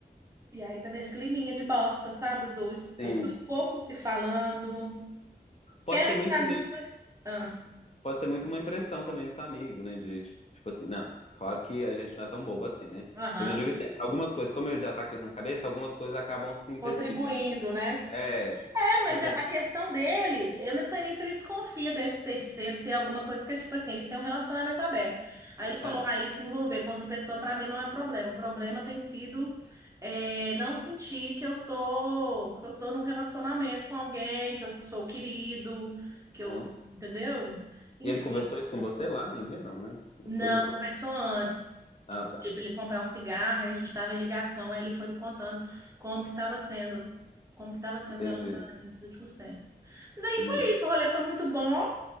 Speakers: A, on the right; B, on the left.
A: E aí tá nesse climinha de bosta, sabe? Os dois,
B: Sim.
A: os dois pouco se falando,
B: Pode
A: querem
B: ser muito
A: estar
B: também,
A: juntos, mas. Ah,
B: pode ser muito uma impressão também do seu amigo, né? De tipo assim, não, claro que a gente não é tão bobo assim, né?
A: aham,
B: Mas eu digo assim, algumas coisas, como ele já tá com isso na cabeça, algumas coisas acabam se intensificando.
A: contribuindo, né?
B: É, tipo
A: Mas
B: assim,
A: a
B: é.
A: a questão dele, eu não sei nem se ele desconfia desse terceiro ter alguma coisa, porque, tipo assim, eles têm um relacionamento aberto. Aí ele falou,
B: é.
A: ah, ele se envolver com outra pessoa, pra mim não é problema. O problema tem sido é, não sentir que eu tô, que eu tô num relacionamento com alguém, que eu sou querido, que eu,
B: Uhum.
A: entendeu? Enfim,
B: E ele conversou isso com você lá no dia? Não, né?
A: não,
B: Isso foi depois.
A: conversou antes.
B: Ah, tá.
A: Tipo, ele comprar um cigarro, aí a gente estava em ligação, aí ele foi me contando como que estava sendo, como que estava sendo
B: Entendi.
A: o relacionamento nesses últimos tempos. Mas aí
B: E.
A: foi isso, o rolê foi muito bom,